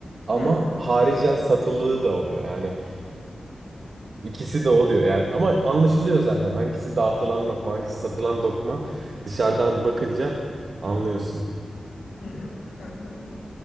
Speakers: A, on the right; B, on the left.
A: Ama
B: Hı.
A: haricen
B: Evet.
A: satılığı da oluyor. Yani ikisi de oluyor. Yani ama anlaşılıyor zaten hangisi dağıtılan lokma, hangisi satılan lokma. Dışarıdan bakınca anlıyorsun.
B: Hı, hı. anladım.